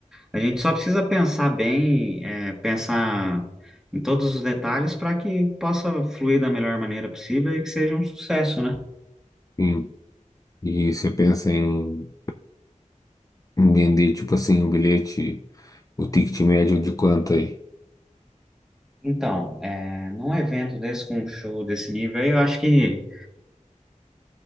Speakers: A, in the centre; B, on the left.
A: A gente só precisa pensar bem, é, pensar em todos os detalhes para que possa fluir da melhor maneira possível e que seja um sucesso, né?
B: sim. E você pensa em em vender, tipo assim, o bilhete, o ticket médio de quanto aí?
A: Então, é, num evento desse, com um show desse nível aí, eu acho que